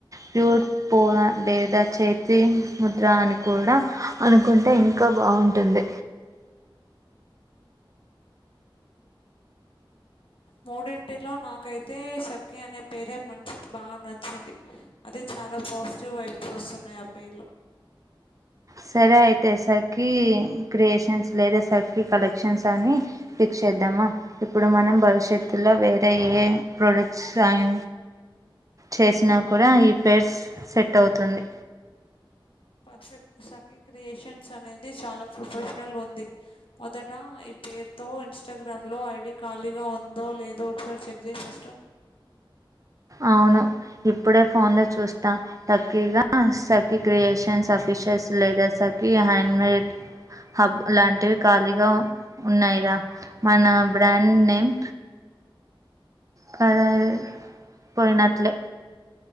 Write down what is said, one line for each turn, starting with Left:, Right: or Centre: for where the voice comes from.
Right: ప్యూర్ <unintelligible> లేదా చేతి ముద్ర అని కూడా అనుకుంటే ఇంకా బావుంటుంది.
Left: మూడింటిలో నాకై తే సఖి అనే పేరే మనిషికి బాగా నచ్చింది అది చాలా పాజిటివ్ వైబ్స్ వస్తున్నాయి. న్నాయి ఆ పేర్లో
Right: సరే అయితే సఖి క్రియేషన్స్ లేదా సఖి కలెక్షన్స్ అని ఫిక్స్ చే చేద్దామా ఇప్పుడు మనం భవిష్యత్తులో వేరే ఏ ప్రొడక్ట్స్ అయ్ చేసినా కూడా ఈ పేరు సెట్ అవుతుంది.
Left: పర్ఫెక్ట్ సఖి క్రియేషన్స్ అనేది చాలా ప్రొఫెషనల్ గుంది మొదట ఇప్ పేరుతో ఇన్స్టాగ్రామ్ లో ఐడీ ఖాళీగా ఉందో లేదో ఒకసారి చెక్ చేసేస్తే
Right: అవును ఇప్పుడే ఫోన్ లో చూస్తా లక్కీగా సఖి క్రియేషన్స్ అఫీ విషెస్ లేదా సఖి హ్యాండ్ మేడ్ హబ్ లాంటివి ఖాళీగా ఉన్నాయి రా మన బ్రాండ్ నేమ్ కదా పోయినట్లే